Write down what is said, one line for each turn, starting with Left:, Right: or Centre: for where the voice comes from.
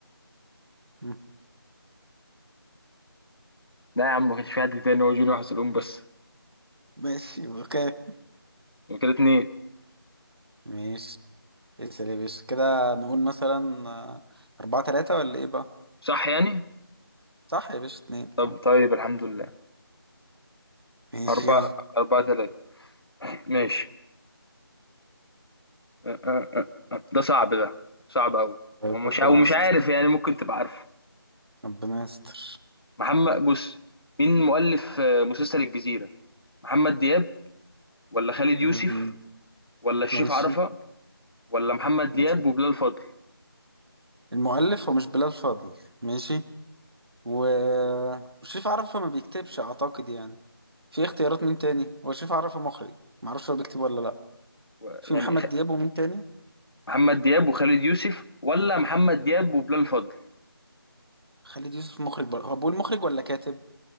Right: مم.
Left: لا يا عم ما كانش في حد تاني هو جوني وحزلقوم بس
Right: ماشي أوكي
Left: يبقى كده اتنين
Right: ماشي اسأل يا باشا كده نقول مثلا آه، أربعة تلاتة ولا إيه بقى؟
Left: صح يعني
Right: صح يا باشا اتنين
Left: طب
Right: اه
Left: طيب الحمد لله
Right: ماشي
Left: أربعة
Right: يلا
Left: أربعة تلاتة ماشي أه، أه، أه، أه. ده صعب ده صعب أوي
Right: طيب،
Left: ومش
Right: ربنا
Left: أو مش
Right: يستر
Left: عارف يعني ممكن تبقى عارفه
Right: ربنا يستر
Left: محمد بص مين مؤلف آه، مسلسل الجزيرة محمد دياب ولا خالد يوسف
Right: مم.
Left: ولا الشريف
Right: ماشي
Left: عرفة ولا محمد دياب
Right: ماشي
Left: وبلال فضل
Right: المؤلف هو مش بلال فضل ماشي و... وشريف عرفة ما بيكتبش أعتقد يعني في اختيارات مين تاني؟ هو شريف عرفة مخرج معرفش هو بيكتب ولا لأ
Left: و-
Right: في
Left: يعني
Right: محمد
Left: خ-
Right: دياب ومين تاني؟
Left: محمد دياب وخالد يوسف ولا محمد دياب وبلال فضل
Right: خالد يوسف مخرج بر... هو بقول مخرج ولا كاتب